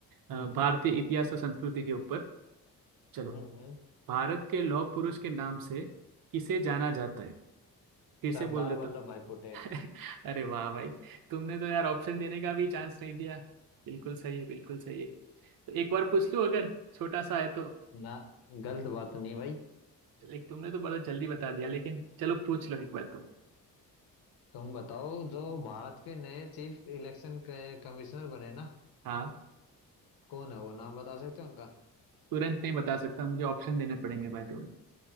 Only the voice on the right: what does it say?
अ,
भारतीय इतिहास और संस्कृति के ऊपर चलो
भारत के लौह पुरुष के नाम से किसे जाना जाता है फिर से
बोल देता
हूँ।
<laughs> अरे वाह भाई तुमने तो यार ऑप्शन देने का भी चांस नहीं दिया बिल्कुल सही है बिल्कुल सही है तो एक बार पूछ लूँ अगर छोटा सा है तो
लाइक तुमने तो बड़ा जल्दी बता दिया लेकिन चलो पूछ लो एक बार तो
हाँ
तुरंत नहीं बता सकता मुझे ऑप्शन देने पड़ेंगे भाई तुम्हें